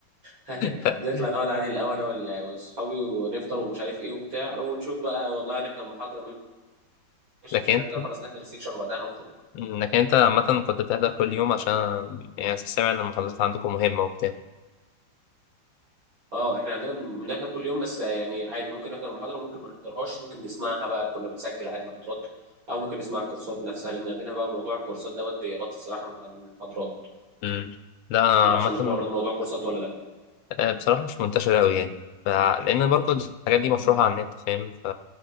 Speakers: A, on the right; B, on the left.
A: <laughs>
B: ف-
A: نطلع نقعد عادي الاول انا وال- واصحابي ونفطر ومش عارف ايه وبتاع ونشوف بقى والله هنحضر محاضره ماشي
B: لكن
A: مش هنحضر
B: انت
A: خلاص نحضر السكشن وبعدها نخرج
B: لكن انت عامه كنت بتحضر كل يوم عشان يعني سامع ان المحاضرات عندكم مهمه وبتاع
A: اه احنا عندنا بن- بنحضر كل يوم بس يعني عادي ممكن نحضر محاضره ممكن ما نحضرهاش ممكن نسمعها بقى كنا بنسجل عادي محاضرات او ممكن نسمع الكورسات نفسها لان عندنا بقى موضوع الكورسات دوت بيغطي الصراحه مع المحاضرات
B: مم. لا عامه
A: ما اعرفش عندكم برضه موضوع كورسات ولا
B: آه، بصراحة مش منتشرة أوي يعني ف... لأن برضه الحاجات دي مشروحة على النت فاهم ف